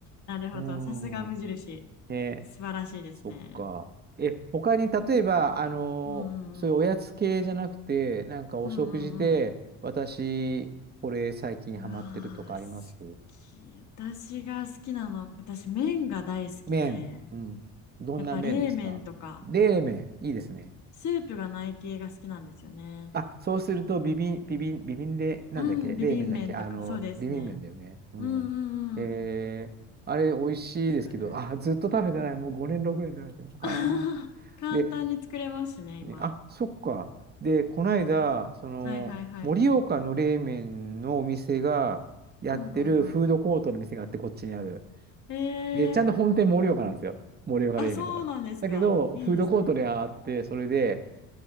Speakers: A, on the left; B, on the right.
A: なるほど。
B: う。うん。
A: さすが無印。
B: ね、
A: 素晴らしいですね。
B: そっか。え、他に例えば、あの、
A: うんうんうん。
B: そういうおやつ系じゃなくて、なんかお食事で、
A: うんうん
B: 私、これ最近ハマってるとかあります
A: うん。ああ、好き。私が好きなの、私麺が大好きで、
B: 麺。うん。どんな麺ですか冷麺。
A: やっぱ冷麺とか、
B: いいですね。
A: スープがない系が好きなんですよね。
B: あ、そうすると、ビビン、ビビン、ビビンで、なんだっけ冷麺だっけあの、
A: うん、ビビン麺とか、そうですね。
B: ビビン麺だよね。うん。
A: うんう
B: えー、
A: んうんうん。
B: あれ、美味しいですけど、
A: 何ですかね。
B: あ、ずっと食べてない。もう5年、6年食べてない。あ
A: <laughs> 簡単に作れますしね、
B: ー。で、
A: 今。
B: ねあ、そっか。で、この間、その、
A: はいはいはい。
B: 盛岡の冷麺のお店がやってるフードコートの店があって、
A: うんうんうん。
B: こっちにある。
A: え
B: で、ちゃんと本店盛岡なんですよ。
A: ー、
B: 盛岡冷麺だから。
A: あ、そうなんですか。
B: だけど、
A: いいですね。
B: フードコートであって、それで、